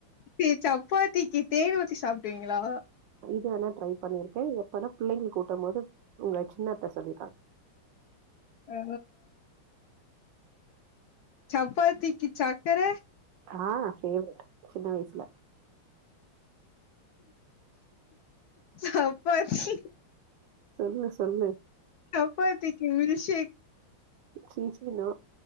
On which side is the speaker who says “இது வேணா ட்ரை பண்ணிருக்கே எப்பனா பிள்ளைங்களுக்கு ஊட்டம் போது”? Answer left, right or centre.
Right